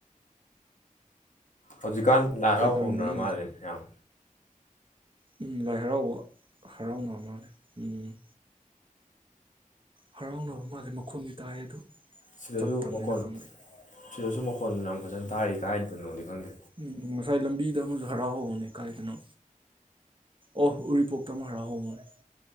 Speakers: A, on the left (about 65°); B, on the right (about 35°).
A: ꯍꯧꯖꯤꯛꯀꯥꯟ ꯂꯥꯏ ꯍꯔꯥꯎ
B: ꯀꯩ ꯇꯧꯔꯝꯃꯤꯒꯦ
A: ꯍꯧꯅꯔ ꯃꯥꯜꯂꯦꯅꯦ ꯃꯌꯥꯝ
B: ꯎ ꯂꯥꯏ ꯍꯔꯥꯎꯕ ꯍꯔꯥꯎꯅ ꯑꯃ ꯎꯝ ꯍꯔꯥꯎꯅꯕ ꯃꯥꯜꯂꯦ ꯃꯈꯣꯟꯗꯤ ꯇꯥꯏꯌꯦ ꯑꯗꯨ
A: ꯁꯤꯗꯁꯨ
B: ꯆꯠ ꯇꯝ
A: ꯃꯈꯣꯟ
B: ꯈ
A: ꯁꯤꯗꯁꯨ ꯃꯈꯣꯟ ꯌꯥꯝ ꯐꯖꯅ ꯇꯥꯔꯤ ꯀꯥꯏꯗꯅꯣꯗꯤ ꯈꯪꯗꯦ
B: ꯎꯝ ꯉꯁꯥꯏ ꯂꯝꯕꯤꯗ ꯑꯃꯁꯨ ꯍꯔꯥꯎ ꯍꯧꯕꯅꯦ ꯀꯥꯏꯗꯅꯣ ꯑꯣ ꯎꯔꯤꯄꯣꯛꯇ ꯑꯃ ꯍꯔꯥꯎ ꯍꯧꯕꯅꯦ